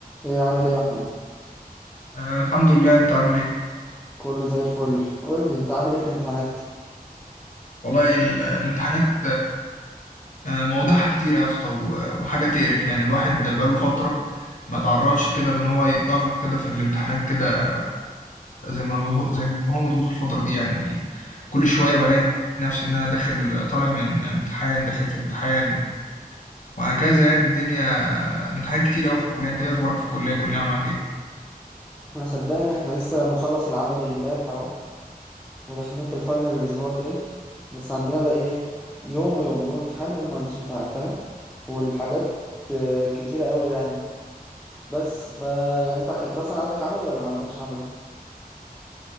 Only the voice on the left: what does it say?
آه الحمد لله انت عامل ايه
والله ال- الامتحانات آه مواضيعها كتير يا اسطى و- وحاجه تقرف يعني الواحد بقاله فتره ما تعرضش كده ان هو يتضغط كده في الامتحانات كده زي ما هو زي ما هو مضغوط الفتره دي يعني كل شويه بلاقي نفسي ان انا داخل طالع من امتحان داخل في امتحان وهكذا يعني الدنيا الامتحانات كتير قوي في الكليه انت ايه اخبارك في الكليه الكليه عامله معاك ايه